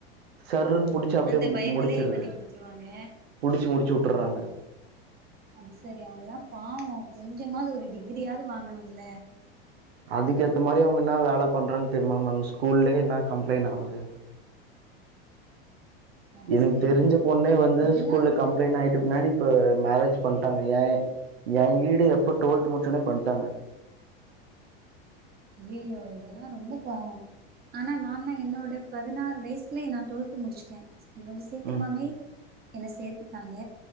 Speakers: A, on the right; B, on the right.
A: சர் புடிச்சு அப்டியே
B: அந்த பயத்திலே
A: முடிச்சிறது
B: பண்ணி குடுத்துருவாங்க
A: புடிச்சு முடிச்சு விட்டுறாங்க
B: அது செரி அவங்கல்லா பாவோ கொஞ்சமாவது ஒரு டிகிரியாவது வாங்கனும்ல
A: அதுக்கு ஏத்த மாரி அவுங்க என்ன வேல பண்றாங்க தெரியுமா மேம் ஸ்கூல்லயே இன்னா கம்ப்ளைண் ஆவுது
B: அது
A: எனக்கு
B: செரி
A: தெரிஞ்ச பொண்ணே வந்து
B: இதெல்லா
A: ஸ்கூல்ல கம்ப்ளைண் ஆயிட்ட பின்னாடி இப்ப மேரேஜ் பண்ட்டாங்க ஏ ஏ <unintelligible> எப்ப டூவெல்த் முடிச்ச ஒடனே பண்ட்டாங்க
B: ஐய்யயோ இதெல்லா ரொம்ப பாவோ ஆனா நான்ல்லா என்னோட பதினாறு வயசுலயே நா டுவெல்த் முடிச்சுட்டே என்ன கொஞ்சோ சீக்கிரமாவே
A: ம்
B: என்ன சேத்துட்டாங்க